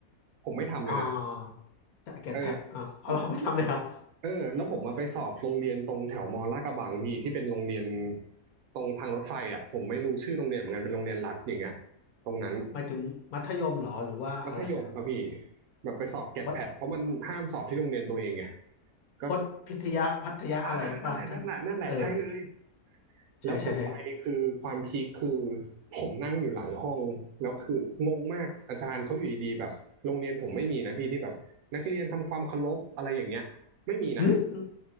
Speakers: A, on the right; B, on the left.
A: ผมไม่ทำเลยนะ
B: อ่าเกรดแพทอ่าเอาเราไม่ทำเลยครับ
A: เออผมแล้วเออแล้วผมมาไปสอบโรงเรียนตรงแถวมอลาดกระบังพี่ที่เป็นโรงเรียนตรงทางรถไฟอ่ะผมไม่รู้ชื่อโรงเรียนเหมือนกันเป็นโรงเรียนรัฐอย่างเงี้ยตรงนั้น
B: หมายถึงมัธยมเหรอหรือว่าอะไรนะ
A: มัธยมครับพี่แบบไปสอบแกดแพดเพราะมันห้ามสอบที่โรงเรียนตัวเองไง
B: วัด
A: ก็
B: พจน์พิทยาพัทยาอะไรป่ะท่านเออ
A: อ่าอ่านั่นแหละนั่นแหละนั่นแหละใช่เลย
B: ใช่ใช่ใช่
A: แล้วผมไปคือความพีคคือผมนั่งอยู่หลังห้องแล้วคืองงมากอาจารย์เขาอยู่ดีๆแบบโรงเรียนผมไม่มีนะพี่ที่แบบนักเรียนทำความเคารพอะไรอย่างเงี้ยไม่มีนะ
B: หึ